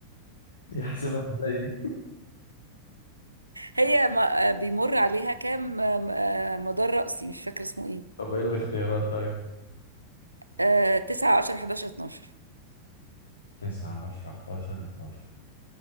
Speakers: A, on the left; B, on the right.
A: دي حاسبها ازاي دي
B: هي ما- آه، بيمر عليها كام آم، آه، مدار رأسي مش فاكرة اسمه إيه
A: طب ايه الاختيارات طيب
B: آه، 9 10 11 12
A: تسعة عشرة حداشر اتناشر